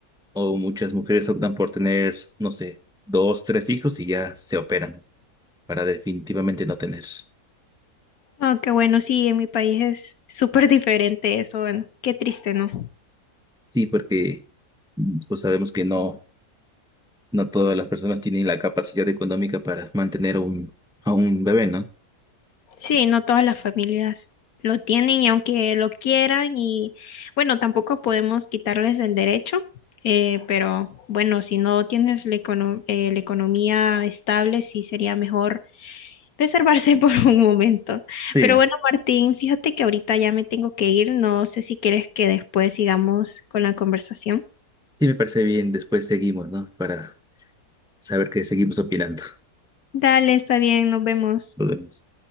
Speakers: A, in the centre; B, on the left.
A: O muchas mujeres optan por tener, no sé, dos, tres hijos y ya se operan para definitivamente no tener.
B: Oh, qué bueno, sí, en mi país es súper diferente eso, bueno, qué triste, ¿no?
A: Sí, porque pues sabemos que no, no todas las personas tienen la capacidad económica para mantener a un, a un bebé, ¿no?
B: Sí, no todas las familias lo tienen y aunque lo quieran y bueno, tampoco podemos quitarles el derecho, eh, pero bueno, si no tienes la, econo- eh, la economía estable, sí sería mejor reservarse <laughs> por un momento.
A: Sí,
B: Pero bueno, Martín, fíjate que ahorita ya me tengo que ir. No sé si quieres que después sigamos con la conversación.
A: sí me parece bien. Después seguimos, ¿no? Para saber que seguimos opinando.
B: Dale, está bien, nos vemos.
A: Nos vemos.